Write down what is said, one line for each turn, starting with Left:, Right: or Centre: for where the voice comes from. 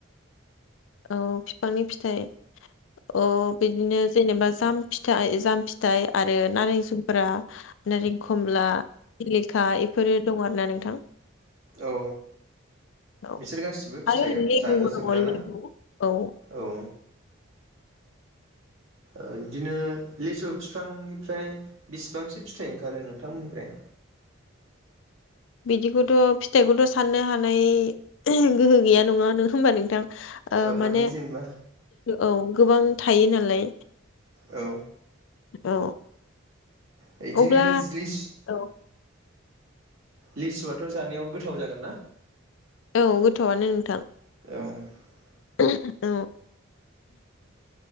Left: औ बिफांनि फिथाइ, औ बिदिनो जेनेबा जाम फिथाइ जाम, फिथाइ आरो नारें जुमब्रा, नारें खमला सिलिखा इफोरो दं आरो ना नोंथां।
Right: औ
Left: औ
Right: बिसोर गासिबो फिथाइयाव
Left: आरो लेबुबो
Right: जाजाजोबग्राना?
Left: दङ लेबु औ
Right: औ। ओ बिदिनो लेसु बिफांनिफ्राय बिसिबांसो फिथाइ ओंखारो नोंथांमोननिफ्राय?
Left: बिदिखौथ' फिथाइखौथ' साननो हानाय गोहो गैया नङा नों होमबा नोंथां। ओ
Right: औ
Left: माने
Right: जेनेबा
Left: औ गोबां थायो नालाय।
Right: औ।
Left: औ।
Right: बिदिनो
Left: अब्ला
Right: जिलिस
Left: औ
Right: लिस्टआथ' जानायाव गोथाव जागोन ना?
Left: औ गोथावआनो नोंथां।
Right: औ।
Left: औ।